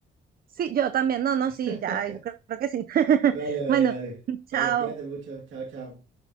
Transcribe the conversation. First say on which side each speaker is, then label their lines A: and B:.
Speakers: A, on the right (about 50°); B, on the right (about 75°).
A: Sí, yo también. No, no,
B: <laughs>
A: sí, ya, creo creo que sí. <laughs>
B: Vale, vale,
A: Bueno,
B: vale.
A: chao.
B: Vale, cuídate mucho. Chao, chao.